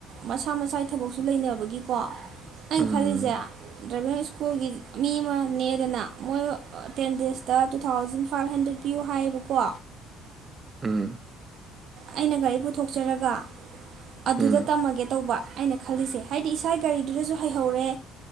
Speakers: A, on the right; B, on the right.
A: ꯃꯁꯥ ꯃꯁꯥꯒꯤ ꯊꯕꯛ ꯁꯨ ꯂꯩꯅꯕꯒꯤꯀꯣ ꯑꯩꯅ
B: ꯎꯝ
A: ꯈꯜꯂꯤꯁꯦ ꯗ꯭ꯔꯥꯏꯚꯤꯡ ꯁ꯭ꯀꯨꯜꯒꯤ ꯃꯤ ꯑꯃ ꯅꯦꯛꯑꯦꯗꯅ ꯃꯣꯏ ꯇꯦꯟ ꯗꯦꯖꯇ ꯇꯨ ꯊꯥꯎꯖꯟ ꯐꯥꯏꯚ ꯍꯟꯗ꯭ꯔꯦꯠ ꯄꯤꯌꯨ ꯍꯥꯏꯌꯦꯕꯀꯣ
B: ꯎꯝ
A: ꯑꯩꯅ ꯒꯥꯔꯤ ꯄꯨꯊꯣꯛꯆꯔꯒ ꯑꯗꯨꯗ
B: ꯎꯝ
A: ꯇꯝꯃꯒꯦ ꯇꯧꯕ ꯑꯩꯅ ꯈꯜꯂꯤꯁꯦ ꯍꯥꯏꯗꯤ ꯏꯁꯥꯒꯤ ꯒꯥꯔꯤꯗꯨꯗꯁꯨ ꯍꯩꯍꯧꯔꯦ